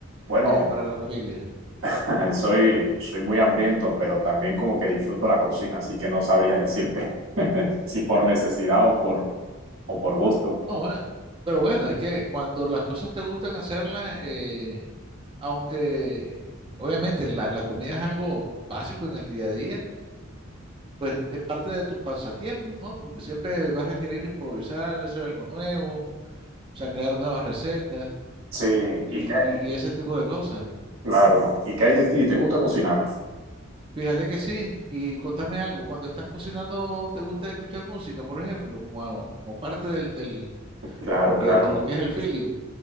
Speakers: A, on the right; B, on the right.
A: Bueno,
B: eh, para la familia?
A: <laughs> soy, soy muy hambriento, pero también como que disfruto la cocina, así que no sabría decirte. si por necesidad o por, o por gusto.
B: No, bueno, pero bueno, es que cuando las cosas te gustan hacerlas, eh, aunque obviamente la la comida es algo básico en el día a día. pues es parte de tus pasatiempos, ¿no? Porque siempre vas a querer improvisar, hacer algo nuevo, o sea, crear nuevas recetas
A: Sí,
B: y,
A: y qué-
B: y- y ese tipo de cosas.
A: claro, ¿y qué hay de ti? ¿Te gusta cocinar?
B: Fíjate que sí, y contame algo, cuando estás cocinando, ¿te gusta escuchar música, por ejemplo, como, como parte del, del,
A: Claro, claro.
B: de, de lo que es el feeling?